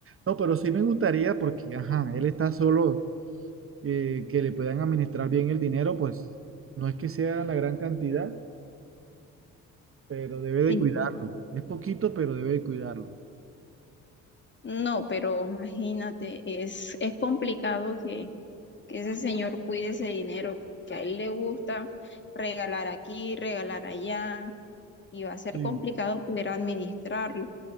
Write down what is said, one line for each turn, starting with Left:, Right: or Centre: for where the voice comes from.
Right: no, pero sí me gustaría porque, ajá, él está solo, eh, que le puedan administrar bien el dinero, pues no es que sea la gran cantidad, pero debe de
Left: Sí.
Right: cuidarlo, es poquito, pero debe de cuidarlo.
Left: No, pero imagínate, es, es complicado que, que ese señor cuide ese dinero, que a él le gusta regalar aquí, regalar allá, y va a ser
Right: Sí.
Left: complicado poder administrarlo.